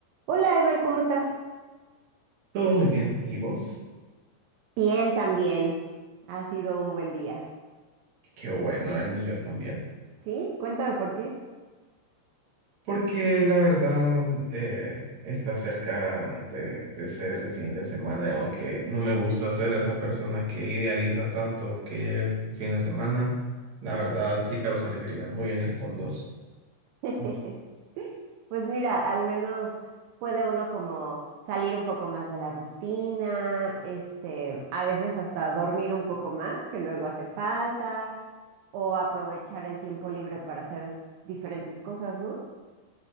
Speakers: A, on the right; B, on the right.
A: Hola, Ever, ¿cómo estás?
B: Todo muy bien. ¿Y vos?
A: Bien, también. Ha sido un buen día.
B: Qué bueno, el mío también.
A: ¿Sí? Cuéntame por qué.
B: Porque la verdad eh, está cerca de, de ser el fin de semana y aunque no me gusta ser esa persona que idealiza tanto que llegue el fin de semana, la verdad sí causa alegría, muy en el fondo.
A: <laughs>
B: Ok.
A: Pues mira, al menos puede uno como salir un poco más de la rutina, este, a veces hasta dormir un poco más, que luego hace falta, o aprovechar el tiempo libre para hacer diferentes cosas, ¿no?